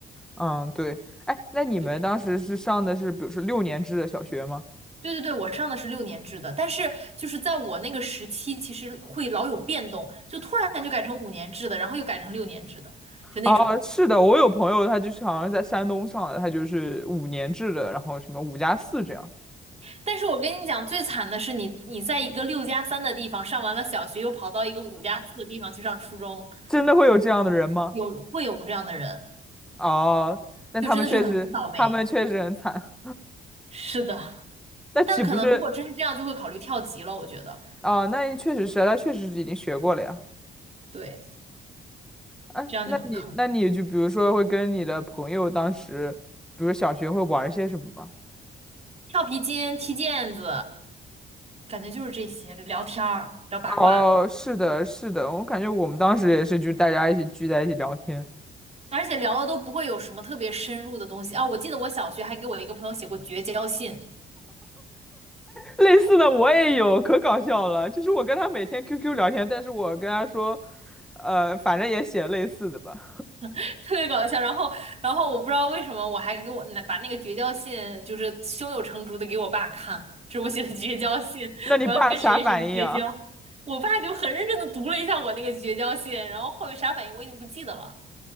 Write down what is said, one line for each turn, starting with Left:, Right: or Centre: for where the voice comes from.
Centre: 嗯，对，哎，那你们当时是上的是比如说六年制的小学吗？
Right: 对对对对，我上的是六年制的，但是就是在我那个时期，其实会老有变动，就突然就改成五年制的，然后又改成六年制的，就那种。
Centre: 啊，是的，我有朋友，他就是好像是在山东上的，他就是五年制的，然后什么五加四这样，
Right: 但是我跟你讲，最惨的是你你在一个六加三的地方上完了小学，又跑到一个五加四的地方去上初中，
Centre: 真的会有这样的人吗？
Right: 有会有这样的人，
Centre: 哦，那他们确实，
Right: 就真的是很很倒霉。
Centre: 他们确实很惨，
Right: 是的。
Centre: 那岂不是？
Right: 但可能如果真是这样，就会考虑跳级了。我觉得，
Centre: 哦，那确实是啊，他确实是已经学过了呀。
Right: 对，
Centre: 哎，
Right: 这样就很坑。
Centre: 那你，那你就比如说会跟你的朋友当时，比如小学会玩一些什么吗？
Right: 跳皮筋、踢毽子，感觉就是这些，聊天儿、聊八卦，
Centre: 哦，是的，是的，我感觉我们当时也是，就大家一起聚在一起聊天。
Right: 而且聊的都不会有什么特别深入的东西啊。我记得我小学还给我一个朋友写过绝交信，
Centre: 类似的我也有，可搞笑了。就是我跟他每天 QQ 聊天，但是我跟他说，呃，反正也写类似的吧。
Right: <laughs> 特别搞笑。然后，然后我不知道为什么，我还给我把那个绝交信就是胸有成竹的给我爸看，这是我写的绝交信，
Centre: 那你爸啥反应啊？
Right: 我要跟谁谁谁绝交。我爸就很认真的读了一下我那个绝交信，然后后面啥反应我已经不记得了。